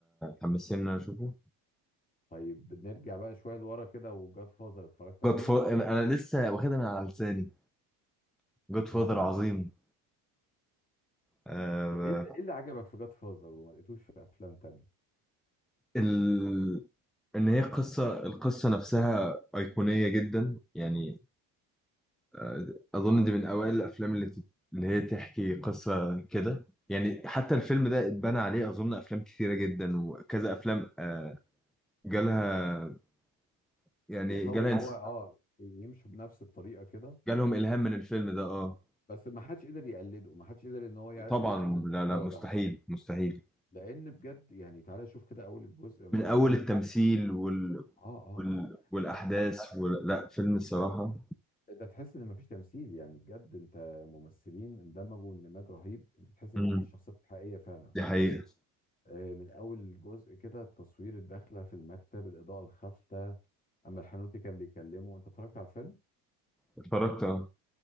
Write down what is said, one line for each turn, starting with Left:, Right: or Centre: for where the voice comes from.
Centre: حمسني ان انا اشوفه
Left: طيب نرجع بقى شويه لورا كده وجاد فازر اتفرجت عليه
Centre: جود فاذر انا أنا لسه واخدها من على لساني جود فاذر
Left: اه
Centre: عظيم آه،
Left: ايه اللي إيه اللي عجبك في جاد فازر وما لقيتوش في افلام تانية
Centre: ال... ان هي قصه القصه نفسها ايقونيه جدا يعني آه، اظن دي من اوائل الافلام اللي ت- اللي هي تحكي قصه كده يعني حتى الفيلم ده اتبنى عليه اظن افلام كتيره جدا وكذا افلام آه، جالها يعني
Left: بيحاولوا
Centre: جالها
Left: ان
Centre: انس-
Left: هو اه يمشوا بنفس الطريقه كده
Centre: جالهم الهام
Left: بس
Centre: من الفيلم ده اه
Left: بس ما حدش قدر يقلده ما حدش قدر ان هو يع-
Centre: طبعا
Left: يوصل للمستوى
Centre: لا لا مستحيل
Left: ده
Centre: مستحيل
Left: لان بجد يعني تعالى شوف كده اول الجزء لما
Centre: من
Left: بيبتدي
Centre: اول التمثيل وال...
Left: اه اه
Centre: وال... والاحداث
Left: انت
Centre: وال... لا فيلم الصراحه
Left: ده تحس ان مفيش تمثيل يعني بجد انت ممثلين اندمجوا اندماج رهيب انت تحس ان
Centre: امم
Left: دي الشخصيات الحقيقيه فعلا
Centre: دي حقيقه
Left: آه، من اول جزء كده التصوير الداخله في المكتب الاضاءه الخافته اما الحنوتي كان بيكلمه انت اتفرجت على الفيلم
Centre: اتفرجت اه